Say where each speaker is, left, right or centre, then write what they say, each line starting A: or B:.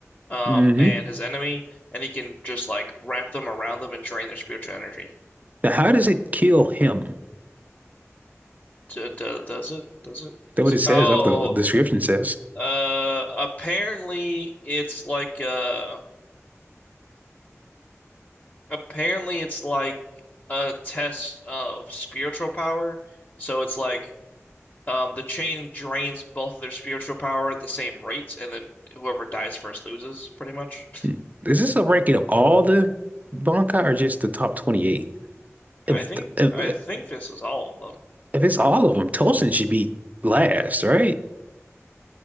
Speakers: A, on the left; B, on the right.
A: um,
B: hmm
A: and his enemy, and he can just like wrap them around them and drain their spiritual energy.
B: Now, how does it kill him?
A: D d- does it? Does it? Does
B: That's what
A: it?
B: it says.
A: Oh,
B: That's what the description says.
A: uh, apparently it's like uh, apparently it's like a test of spiritual power. So it's like um, the chain drains both of their spiritual power at the same rate, and then whoever dies first loses, pretty much.
B: Hmm. Is this a ranking of all the Bankai or just the top 28?
A: I
B: If
A: think
B: if
A: I think this is all of them.
B: if it's all of them, Tosin should be last, right?